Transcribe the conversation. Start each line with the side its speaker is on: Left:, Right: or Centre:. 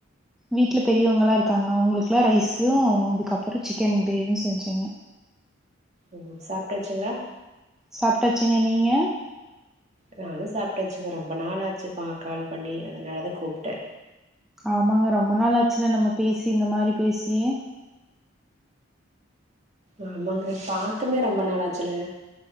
Centre: வீட்டுல பெரியவங்கலா இருக்காங்க அவங்களுக்கெல்லா ரைஸ்யும் அதுக்கப்பறோ சிக்கன் கிரேவியு செஞ்சங்க
Right: ஓ சாப்ட்டாச்சுங்களா
Centre: சாப்ட்டாச்சுங்க நீங்க
Right: நானு சாப்ட்டாசுங்க ரொம்ப நாளாச்சுப்ப கால் பண்ணி அதனாலதா கூப்ட்டே
Centre: ஆமாங்க ரொம்ப நாள் ஆச்சுல நம்ம பேசி இந்த மாரி பேசியே
Right: ஆமாங்க பாத்துமே ரொம்ப நாளாச்சுல்லுங்க